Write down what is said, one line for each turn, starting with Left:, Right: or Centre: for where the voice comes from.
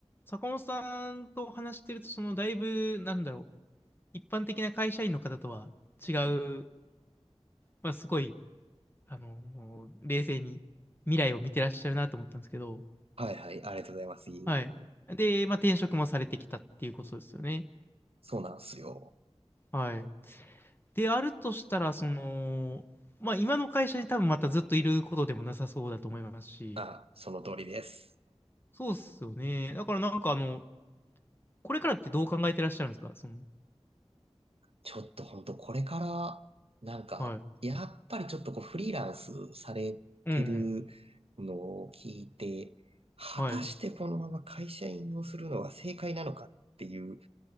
Left: 坂本さんと話してると、そのだいぶ、なんだろう、一般的な会社員の方とは違う、まあ、すごい、あのー冷静に未来を見てらっしゃるなと思ったんですけど、
Right: はいはい、ありがとうございます。いいよ
Left: はい。で、まあ、転職もされてきたっていうことですよね。
Right: そうなんすよ。
Left: はい。で、あるとしたら、その、まあ、今の会社に多分またずっといることでもなさそうだと思いますし、
Right: あ、その通りです。
Left: そうっすよね。だからなんかあの、これからってどう考えてらっしゃるんですかその、
Right: ちょっと本当これから、なんか、
Left: はい。
Right: やっぱりちょっとこうフリーランスされてる
Left: うんうん。
Right: のを聞いて、果たしてこのまま会社員をするのが正解なのかっていう
Left: はい。